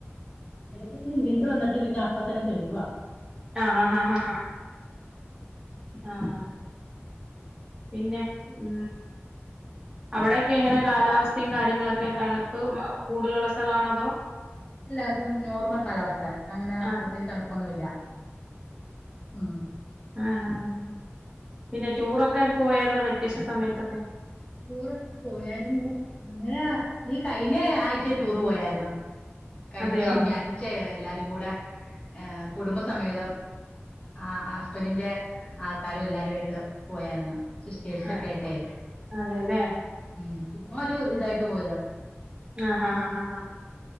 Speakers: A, on the left; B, on the right.
A: ഇടക്ക് ഇരിണ്ട വന്നിട്ട് പിന്നെ അപ്പ തന്നെ തെളിയവാ
B: ആ ഹാ ഹാ ഹാ ഹാ ആഹ് പിന്നെ ഉ അവിടെൊക്കെ എങ്ങനെ കാലാവസ്ഥയും കാര്യങ്ങളൊക്കെ തണുപ്പ് കൂടുതലുള്ള സ്ഥലമാണതോ
A: അല്ല നോർമൽ കാലാവസ്ഥ അങ്ങനെ
B: അത്
A: പ്രത്യേകിച്ച് തണുപ്പൊന്നുമല്ല ഉ
B: ആ ഹ ഹ ആ പിന്നെ ടൂറൊക്കെ പോയായിുന്നോ വെക്കേഷൻ സമയത്തൊക്കെ
A: ടൂറൊക്കെ പോയായിരുന്നു അങ്ങനെ ഈ കഴിഞ്ഞ ആഴച്ച ടൂറ് പോയായിരുന്നു കഴിഞ്ഞ
B: അതെയോ
A: ശനിയാഴ്ച എല്ലാരും കൂടെ ഏർ കുടുംബസമേതം ആ ആ സ്‌ബഫബനിന്റെ ആൾക്കാരും എല്ലാവരുും ആയിട്ട് പോയരുന്നു സിസ്റ്റേഴ്സ
B: ആഹ്
A: ഒക്കെ ആട്ടെ
B: അതെല്ലേ
A: ഉം ചുമ്മാ ഒരു ഇതായിട്ട് പോയതാ
B: ആഹ് അഹ് അഹ്